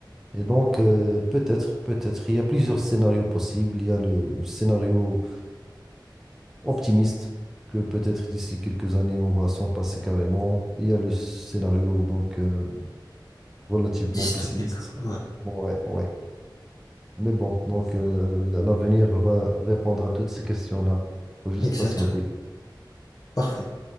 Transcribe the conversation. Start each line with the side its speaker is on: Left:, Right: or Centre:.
Centre: Et donc, euh, peut-être, peut-être, il y a plusieurs scénarios possibles. Il y a le scénario optimiste que peut-être d'ici quelques années, on va s'en passer carrément. Il y a le scénario donc euh, relativement
Left: Dystopique,
Centre: pessimiste.
Left: ouais,
Centre: Bon, Ouais, ouais. Mais bon, donc euh, l- l'avenir va répondre à toutes ces questions-là. Faut juste
Left: exactement.
Centre: patienter.
Left: Parfait.